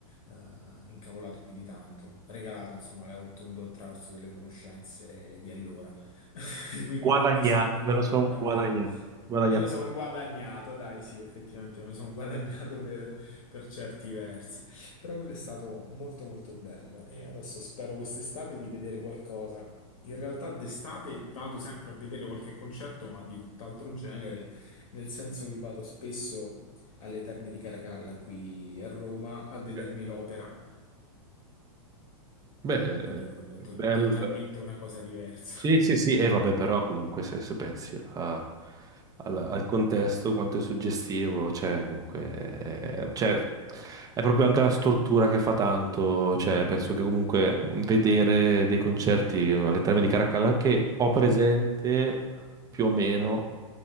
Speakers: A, on the left; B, on the right.
A: eh, incavolato più di tanto. Regalato, insomma, l'avevo ottenuto attraverso delle conoscenze di allora, <laughs> quindi
B: Guadagnato,
A: non mi sono potuto
B: me lo sono
A: innamorare
B: guadagnato. Guadagnato
A: Me lo sono
B: quello.
A: guadagnato, dai, sì, effettivamente me lo sono guadagnato per, per certi versi, però quello è stato molto molto bello e adesso spero quest'estate di vedere qualcosa. In realtà d'estate vado sempre a vedere qualche concerto, ma di tutt'altro genere, nel senso che vado spesso alle Terme di Caracalla qui a Roma a
B: Ok.
A: vedermi l'opera,
B: Beh, eh,
A: quindi proprio to-
B: bello,
A: totalmente
B: bello.
A: una cosa diversa.
B: Sì, sì, sì, e vabbè, però comunque se, se pensi a- al, al contesto, quanto è suggestivo, cioè, comunque, eh, cioè, è proprio anche la struttura che fa tanto, cioè, penso che comunque mh, vedere dei concerti eh, alle Terme di Caracalla che ho presente più o meno,